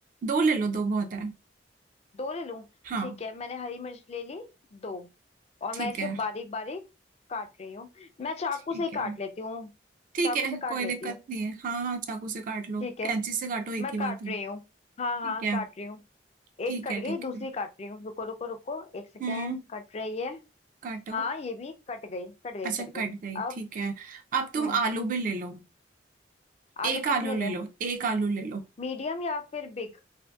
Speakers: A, on the right; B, on the left.
A: दो ले लो दो बहुत है
B: दो ले लूं
A: हाँ
B: ठीक है मैंने हरी मिर्च ले ली दो और
A: ठीक
B: मैं इसे
A: है
B: बारीक बारीक काट रही हूँ मैं चाकू
A: ठीक
B: से ही
A: है
B: काट लेती हूँ
A: ठीक
B: चाकू
A: है
B: से काट
A: कोई
B: लेती
A: दिक्कत
B: हूँ
A: नहीं है हाँ हाँ चाकू से काट लो
B: ठीक है
A: कैंची से काटो एक
B: मैं
A: ही
B: काट
A: बात है
B: रही हूँ हाँ
A: ठीक
B: हाँ
A: है
B: काट रही हूँ
A: ठीक
B: एक कट
A: है
B: गई
A: ठीक
B: दूसरी
A: है
B: काट रही हूँ रुको रुको रुको एक सेकेंड
A: हम्म
B: कट रही है
A: काटो
B: हाँ ये भी कट गई कट गई
A: अच्छा
B: कट गई
A: कट गई
B: अब
A: ठीक है अब तुम
B: हम्म
A: आलू भी ले लो
B: आलू
A: एक आलू
B: कितने
A: ले
B: लें
A: लो एक आलू ले लो
B: मीडियम या फिर बिग